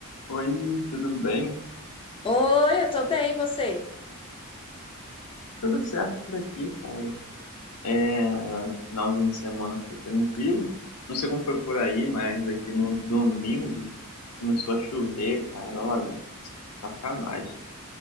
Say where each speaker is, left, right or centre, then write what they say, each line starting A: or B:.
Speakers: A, on the left; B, on the left.
A: Oi, tudo bem?
B: Oi, eu tô bem, você?
A: Tudo certo por aqui, cara. É, finalzinho de semana foi tranquilo. Não sei como foi por aí, mas aqui no domingo começou a chover, cara. Olha, sacanagem.